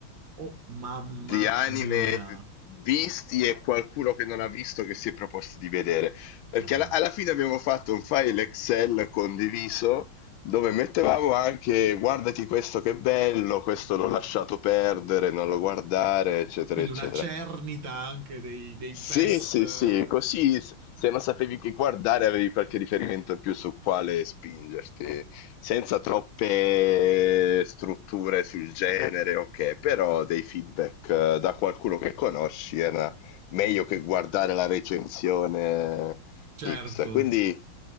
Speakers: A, on the right; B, on the left.
A: Oh, mamma
B: di anime
A: mia.
B: visti e qualcuno che non ha visto che si è proposto di vedere. Perché
A: Ah.
B: alla, alla fine abbiamo fatto un file Excel condiviso dove mettevamo anche guardati questo che bello, questo l'ho lasciato perdere, non lo guardare, eccetera,
A: Quindi
B: eccetera.
A: una cernita anche dei, dei
B: Sì,
A: best.
B: sì,
A: <laughs> eh.
B: sì, così s- se non sapevi che guardare avevi qualche riferimento in più su quale spingerti, senza troppe strutture sul genere, ok, però dei feedback eh, da qualcuno che conosci era meglio
A: Eh.
B: che guardare la recensione
A: Certo.
B: X. Quindi